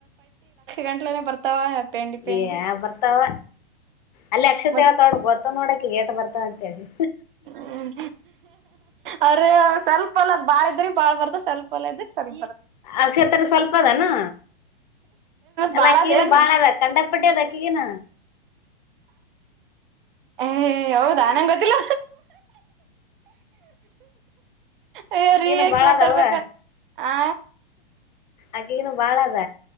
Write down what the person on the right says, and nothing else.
ಗಂಟ್ಲನೆ ಬರ್ತಾವ ಪೆಂಡಿ ಪೆಂಡಿ
ಮ
ಹ್ಮ್ ಅವ್ರ ಸ್ವಲ್ಪಲ್ಲ ಬಾಳಿದ್ರಿ ಬಾಳ್ಾರದು ಸ್ವಲ್ಪ ಒಲ್ಲ ಇದ ಸರಿ
ಬಳ
ದನು
ಏ್ ಹೌದ ಆ ನಂಗ್ ಗೊತ್ತಿಲ್ಲ ಅಯ್ಯೋ
ರೀ ಯಾಕ್
ಮಾತಾಡ್ಬೇಕ
ಆ